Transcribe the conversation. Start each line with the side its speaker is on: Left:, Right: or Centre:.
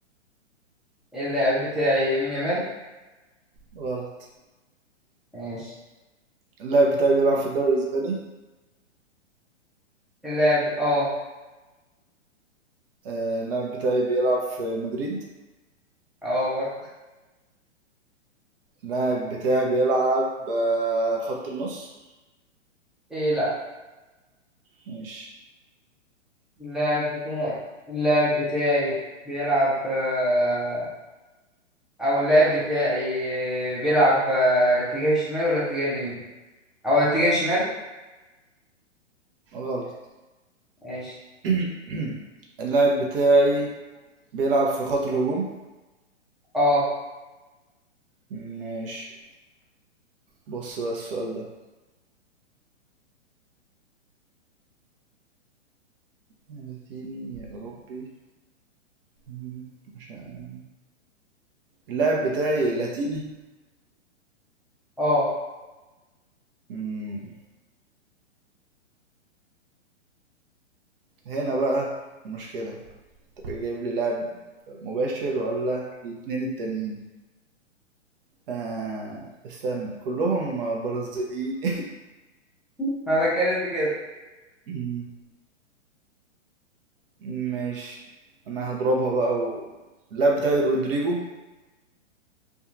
Centre: اللاعب بتاعي يمين يامال
Right: غلط
Centre: ماشي
Right: اللاعب بتاعي بيلعب في الدوري الاسباني
Centre: اللاعب اه
Right: آه، اللاعب بتاعي بيلعب في مدريد
Centre: اه برضه
Right: اللاعب بتاعي بيلعب آه، خط النص
Centre: ايه لا
Right: ماشي
Centre: اللاعب بتاعي اللاعب بتاعي بيلعب آه، او اللاعب بتاعي بيلعب آه، اتجاه الشمال ولا اتجاه اليمين او اتجاه الشمال
Right: غلط
Centre: ماشي
Right: <clears throat> اللاعب بتاعي بيلعب في خط الهجوم
Centre: اه
Right: ماشي بص بقى السؤال ده لاتيني أوروبي مم، مش عارف اللاعب بتاعي لاتيني
Centre: اه
Right: مم، هنا بقى مشكلة انت جايب لي لاعب مباشر ولا الاتنين التانيين آه استنى كلهم برازيليين
Centre: <laughs> ما بتكلم في كده
Right: <laughs> ماشي انا هضربها بقى و... اللاعب بتاعي رودريجو